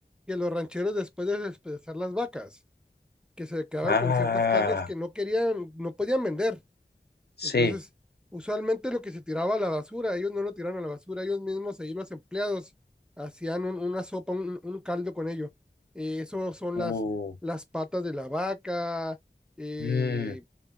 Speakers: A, in the centre; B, on the left (about 70°).
A: que los rancheros después de despedazar las vacas, que se quedaban
B: Ah,
A: con ciertas carnes que no querían, no podían vender.
B: sí.
A: Entonces, usualmente lo que se tiraba a la basura, ellos no lo tiraron a la basura, ellos mismos, ahí los empleados, hacían un- una sopa, un, un caldo con ello. Eh, eso son
B: Uh,
A: las, las patas de la vaca, eh,
B: mm,